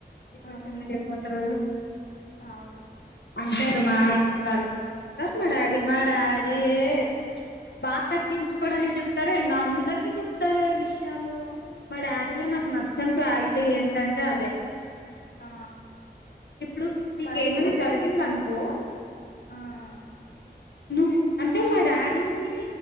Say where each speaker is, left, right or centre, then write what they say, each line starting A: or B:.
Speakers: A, on the left; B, on the left.
A: డిప్రెషన్
B: అవును
A: లో వెళ్ళిపోతారు
B: అవును
A: అంటారు మా చు మా డాడీ మా డాడీ ఏ బాద తగ్గించుకోవడానికి చెప్తారే ఏందో అందరికి చెప్తారే విషయాలు మా డాడీలో నాకు నచ్చందీ క్వాలిటీ ఏంటంటే అదే
B: ఆ
A: ఇప్పుడు ఇప్పుడు నీకు
B: మరి
A: ఏమైన్న జరిగింది అనుకో
B: ఆ ఆ
A: నువ్వు అంటే మా డాడీని